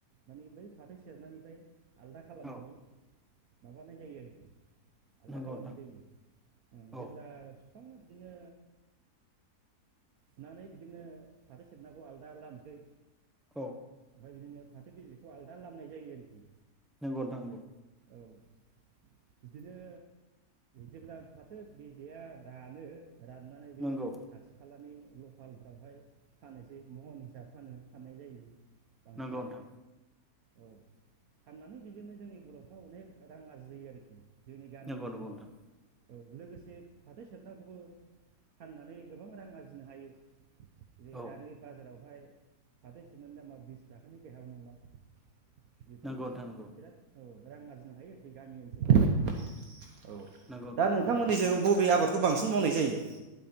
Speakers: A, on the right; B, in the centre.
A: माने बै फाथो सेरनायनिफ्राय आलदा खालामनानै
B: औ
A: <inaudible> आलदा
B: नंगौ
A: खालामनाय
B: नोंथां
A: जायो। उम
B: औ
A: जेब्ला बिफां बिदिनो सुनानै बिदिनो फाथो सेरनाखौ आलदा लामसै।
B: औ।
A: ओमफ्राय बिदिनो फाथो बेजेखौ आलदा लामनाय जायो आरोखि।
B: नंगौ नोथां नोंगौ।
A: औ बिदिनो। जेब्ला फाथो बिजेया रानो राननानै बे
B: नंगौ
A: खाथि खालानि लकालफ्रावहाय फानोसै महन हिसाब फानो फाननाय जायो बांसिनानो
B: नंगौ नोंथां
A: औ फाननानै बेजोंनो जोंनि बर'फ्रा अनेक रां आरजियो आरोखि जोंनि गामि
B: नंगौ
A: ओनसोलाव
B: नंगौ नोंथां
A: औ लोगोसे फाथो सेरनाखौबो फाननानै गोबां रां आरजिनो हायो बे
B: औ
A: दानि बाजारावहाय फाथो सेरनानि दामा बिस थाखाानि गाहयाव नंला बिफोरनो
B: नंगौ
A: बेजों
B: नोंथां नंगौ
A: बिराद औ रां आरजिनो हायो आरोखि गामि ओनसोलाव औ
B: नंगौ नोंथां
A: दा नोंथांमोननिजों बबे आबादखौ बांसिन मावनाय जायो